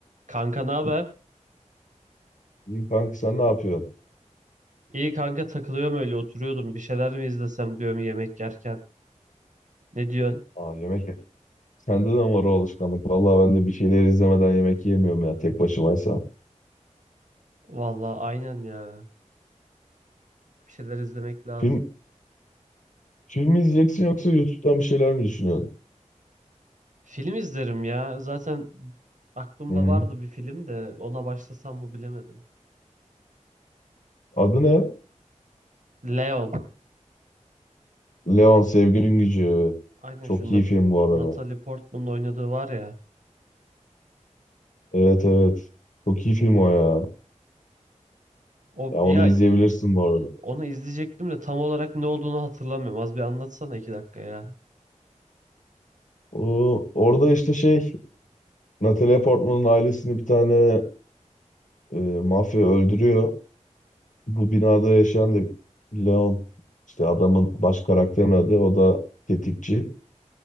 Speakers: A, on the right; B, on the left.
A: Kanka ne haber?
B: İyiyim kanka sen ne yapıyorsun?
A: İyi kanka takılıyorum öyle oturuyordum. Bir şeyler mi izlesem diyorum yemek yerken. Ne diyorsun?
B: Aa yemek sende de mi var o alışkanlık? Vallahi ben de bir şeyler izlemeden yemek yemiyorum ya tek başımaysa.
A: Vallahi aynen ya. Bir şeyler izlemek lazım.
B: Film film mi izleyeceksin yoksa YouTube'dan bir şeyler mi düşünüyorsun?
A: Film izlerim ya. Zaten aklımda
B: Hı hı.
A: vardı bir film de ona başlasam mı bilemedim.
B: Adı ne?
A: Leon.
B: Leon Sevginin Gücü.
A: Aynen
B: Çok
A: şu Nat
B: iyi film bu arada.
A: Natalie Portman'ın oynadığı var ya.
B: Evet evet. Çok iyi film o ya.
A: O
B: Ya
A: ya
B: onu izleyebilirsin bu arada.
A: onu izleyecektim de tam olarak ne olduğunu hatırlamıyorum. Az bir anlatsana iki dakika ya.
B: O, orada işte şey Natalie Portman'ın ailesini bir tane e, mafya öldürüyor. bu binada yaşayan da Leon işte adamın baş karakterin adı o da tetikçi.